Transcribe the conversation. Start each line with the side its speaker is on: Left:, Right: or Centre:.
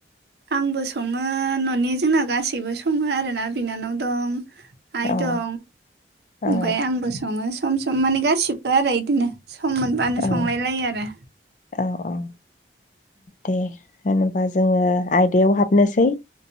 Right: आंबो सङो न'नि जोंना गासैबो सङो आरोना बिनानाव दं। आइ
Left: औ
Right: दं ओमफफ्राय
Left: औ
Right: आंबो सङो सम सम माने गासिबो आरो बिदिनो। सम मोनबानो
Left: औ
Right: संलायलायो आरो।
Left: औ औ। दे होनबा जोङो आयदायाव हाबनोसै।